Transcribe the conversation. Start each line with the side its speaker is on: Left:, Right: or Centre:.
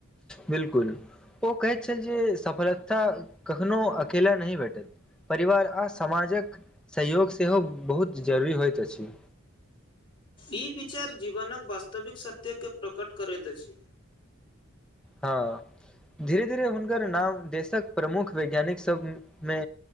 Centre: बिल्कुल ओ कहैत छैय जे सफलता कखनो अकेला नहि भेटत परिवार आ समाजक सहयोग सेहो बहुत जरूरी होइत अछि
Left: ई विचार जीवनक वास्तविक सत्य के प्रकट करैत अछि
Centre: हँ धीरे धीरे हुनकर नाम देशक प्रमुख वैज्ञानिक सभमे